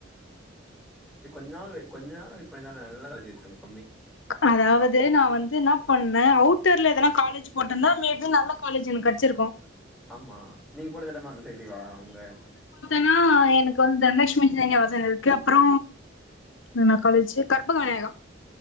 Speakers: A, in the centre; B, on the left.
A: இன்னா ஒரு கொஞ்ச நாளு வெயிட் பண்ணிருந்தா நல்ல காலேஜு கெட்ச்சிருக்கு
B: அதாவது நா வந்து என்னா பண்ணே அவுட்டர்ல எதனா காலேஜ் போட்டன்னா மே பி நல்ல காலேஜ் எனக்கு கெட்ச்சிருக்கு
A: ஆமா நீ போட்டதெல்லாமே அந்த சைடுலேயேவா உங்க
B: ன்னா எனக்கு வந்து தனலட்சுமி சீனிவாசன் இருக்கு அப்றோ என்ன காலேஜு கற்பக விநாயகோ